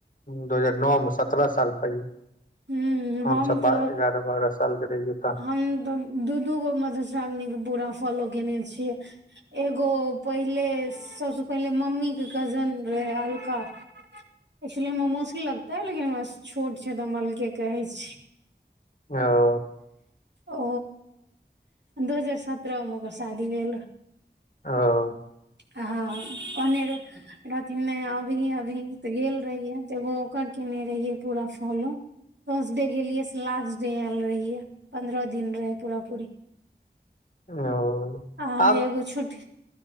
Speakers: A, on the left; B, on the right.
A: दू हजार नओ मे सत्रह साल पहिले
B: हूँ
A: हम सब
B: तो
A: एगारह बारह सालके रहिए
B: हम तऽ दू दू गो मधुश्रावणीके पूरा फॉलो कयने छियै एगो पहिले सबसे पहिले मम्मी के कजन रहे अलका
A: <inaudible>
B: एक्चुअली मे हमर मौसी लगतै लेकिन हमरा से छोट छै तऽ हम अलके कहै छी
A: ओ
B: ओ दू हजार सत्रह मे ओकर शादी भेल
A: ओ
B: हॉं कहने रह रहथिन नहि अभी अभी तऽ गेल रहियै तऽ एगो ओकर केने रहियै पूरा फॉलो फर्स्ट डे गेलियै से लास्ट डे आयल रहियै पन्द्रह दिन रहै पूरा पूरी
A: ओ
B: आइ
A: आब
B: एगो छुट